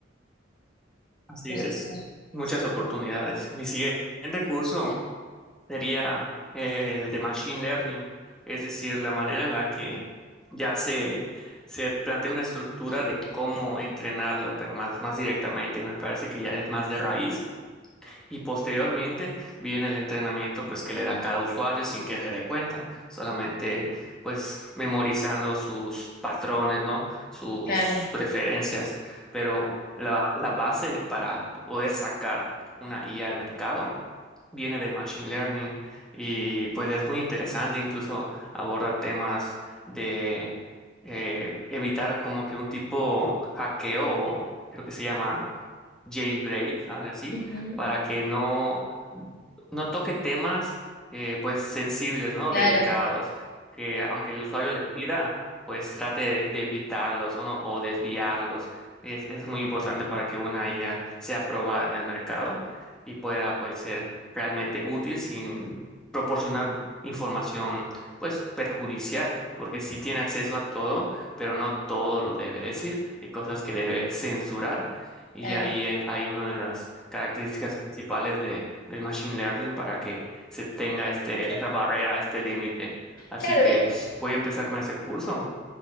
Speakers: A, in the centre; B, on the left.
A: Así
B: No
A: es.
B: sé. vos.
A: Muchas
B: Sí.
A: oportunidades. Mi siguiente curso. sería el de Machine Learning, es decir, la manera en la que ya se, se plantea una estructura de cómo entrenarlo, pero más, más directamente, me parece que ya es más de raíz. Y posteriormente viene el entrenamiento pues que le da cada usuario sin que se dé cuenta, solamente pues memorizando sus patrones, ¿no? Sus
B: Claro.
A: preferencias, pero la, la base para poder sacar una IA al mercado viene del machine learning y pues es muy interesante, incluso aborda temas de eh, evitar como que un tipo hackeo, o creo que se llama jailbreak, algo así,
B: Ujú.
A: para que no, no toque temas eh, pues sensibles, ¿no?
B: Claro,
A: Delicados, que aunque el usuario le pida, pues trate de, de evitarlos o no, o desviarlos. Es, es muy importante para que una IA sea aprobada en el mercado y pueda pues ser realmente útil sin proporcionar información pues perjudicial, porque si tiene acceso a todo, pero no todo lo debe decir. Hay cosas que debe censurar y
B: claro.
A: ahí eh, hay una de las características principales de, del machine learning para que se tenga este, esa barrera, este límite. Así
B: Claro,
A: que
B: ¿viste?
A: voy a empezar con ese curso.